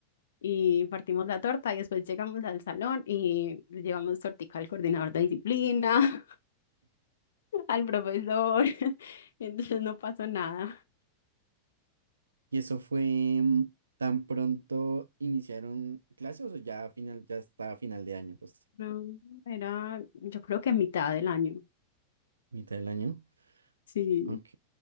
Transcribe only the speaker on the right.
¿Y eso fue mm, tan pronto iniciaron clases o ya a final, ya está a final de año, pues,
mitad del año?
Ok.